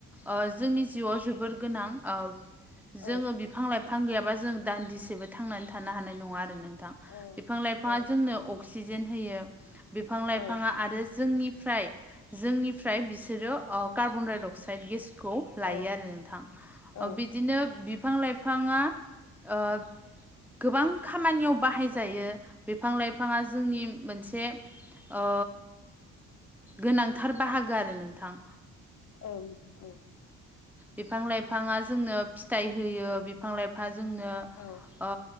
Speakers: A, in the centre; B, on the left.
A: ओ जोंनि जिउआव जोबोर गोनां औ जोङो
B: औ
A: बि फां लाइफां गैयाबा जों दान्दिसेबो थांनानै थानो हानाय नङा आरो नोंथां।
B: औ नोंथां
A: बिफां लाइफाङा जोंनो
B: औ
A: अक्सिजेन होयो, बिफां
B: औ
A: लाइफाङा आरो जोंनिफ्राय जोंनिफ्राय बिसोरो अ कार्बन डाय अक्साइड गेसखौ लायो
B: औ
A: आरो नोंथां ओ
B: औ
A: बिदिनो। बिफां लाइफाङा ओ गोबां खामानियाव बाहायजायो बिफां लाइफाङा जोंनि मोनसे ओ गोनांथार बाहागो आरो नोंथां।
B: औ
A: बिफां लाइफाङा जोंनो फिथाइ होयो बिफां लाइफांआ जोंनो
B: औ
A: ओ